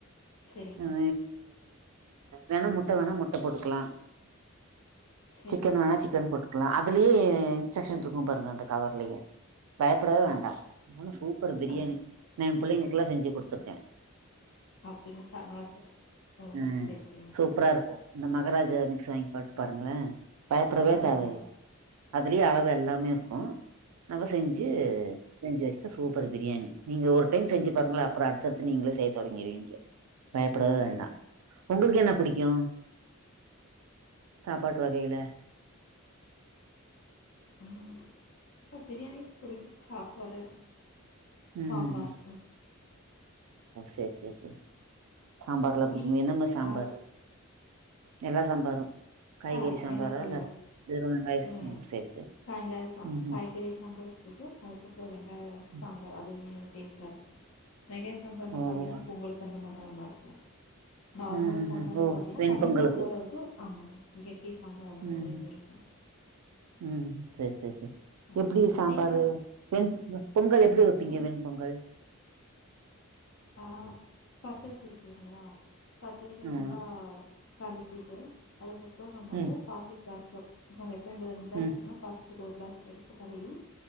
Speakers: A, on the left; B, on the right.
A: சரிங்க
B: ஆ வேணா முட்ட வேணா முட்ட போட்டுக்கலா
A: சரி
B: சிக்கன்
A: சரி
B: வேணா சிக்கன் போட்டுக்கலா அ அதலயே இன்ஸ்ட்க்ஷன் இருக்கு த பாருங்க அந்த கவர்லயே பயப்படவே வேண்டா
A: அப்
B: சூப்பர் பிரியாணி
A: ஆ
B: நா என் பிள்ளைங்களுக்குல்லா செஞ்சு குடுத்துருக்கேன்
A: அப்டிங்கு சா நா ச ஓ
B: அ
A: செரி செரிங்க
B: சூப்பரா இருக்கும் இந்த மகராஜா மிக்ஸ் வாங்கி போட்டு பாருங்களேன் பய படவே
A: ஆ
B: தேவ
A: ஆ
B: இல்ல அதுலே அளவெல்லாம் செம்மையா இருக்கும் நம்ம செஞ்சு வச்சி வச்சுடாசூப்பர் பிரியாணி நீங்க ஒரு டைம் செஞ்சு பாருங்கள அப்றோ அடுத்தடுத்து நீங்களே செய்ய தொடங்கிருவீங்க பயப்பட வேண்டாம்
A: ஓ
B: உங்களுக்கு என்ன பிடிக்கும் சாப்பாட்டு வகையில
A: ம் பிரியாணி பிடிக்கும் சாப்பாடு
B: ம்
A: சாம்பார்
B: ம் செரி செரி செரி சாம்பார்லாம் பிடிக்கும்
A: நீ
B: என்னென்ன சாம்பாரு
A: ஆ
B: எல்லா சாம்பாரும்
A: ஆ
B: சாம்பாரா
A: எல்லா சாம்பாரு
B: இல்ல வெறும் வெங்காயம்
A: இல்லங்க
B: ஓ சரி சரி
A: காயிங்லாம்
B: ம்
A: காய்கறி சாம்பார் புடிக்கும் அதுக்கப்றோ வெங்காய
B: ம்
A: சாம்பார் அதுவுமே டேஸ்ட்டா இருக்கும் வெங்காய சம்பார்ன்னா
B: ஓ
A: பாத்தீங்கன்னா
B: ஓ
A: அ பொங்கல் அந்த மா நல்லா இருக்கும் நார்மல்
B: ம் ம்
A: சாம்பாரே
B: ம் ஓ
A: பாத்தீங்கன்னா
B: வெண்
A: தண்ணி
B: பொங்கலுக்கு
A: சாம்பாரு இருக்கும் ஆமா <unintelligible> டீ சாம்பார் அந்த
B: ம்
A: மாரியுமே
B: ம்
A: இருக்கும்
B: ம் சேரி சேரி சேரி
A: ஆ
B: எப்டி சாம்பாரு
A: நீங்கள்
B: வெண் பொங்கல் எப்டி வைப்பீங்க
A: சொ
B: வெண்பொங்கல்
A: ஆ பச்சரிசி இருக்கீங்களா பச்சரிசி
B: ஆமா
A: நல்லா கல்விடு அதுக்கப்றோ நம்ம
B: ம்
A: வந்து பாசிப் பருப்பு <unintelligible> திண்டு திண்டா
B: ம்
A: செத்துரும் பாசிப் ஒரு க்ளாஸ் எடுத்து கழிவி